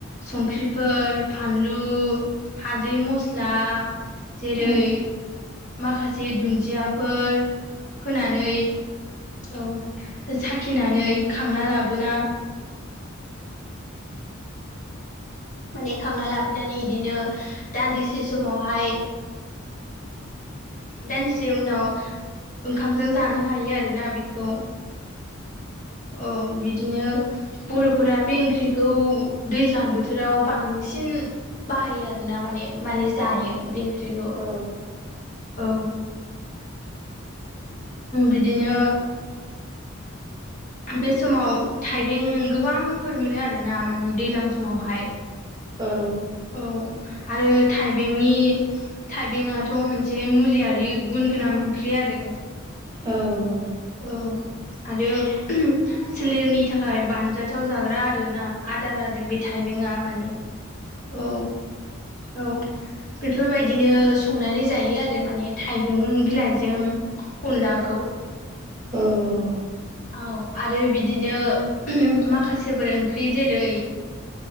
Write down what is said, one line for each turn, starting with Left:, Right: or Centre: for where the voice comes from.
Left: संख्रिफोर फानलु हालदै मस्ला जेरै
Right: औ
Left: माखासे दुन्दियाफोर होनानै औ साखिनानै खांना लाबोना माने खांना लाबोनानै बिदिनो दान्दिसे समावहाय दानदिसे एसे उनाव ओंखामजों जानो हायो आरोना बेखौ औ बिदि बिदिनो बर'फोरा बे ओंख्रिखौ दैज्लांबोथोर बोथोराव बांसिन बाहायो आर ना माने माने जायो बे ओंख्रि बिदिखौ
Right: औ
Left: औ बिदिनो बे समाव थाइबें गोबांफोर मोनो आरोना माने दैज्लां समावहाय
Right: औ
Left: औ आरो थाइबेंनि थाइबेंङाथ' मोनसे मुलियारि गुन गोनां ओंख्रि आरो
Right: औ औ
Left: औ आरो सोलेरनि थाखाय बानजाथाव जाग्रा आरोना आदार आरो बे थाइबेंआ माने औ। औ बेफोरबायदिनो संनानै जायो आरो माने थाइबें बिलाइजों। उनलाखौ
Right: औ औ
Left: औ आरो बिदिनो माखासेफोर ओंख्रि जेरै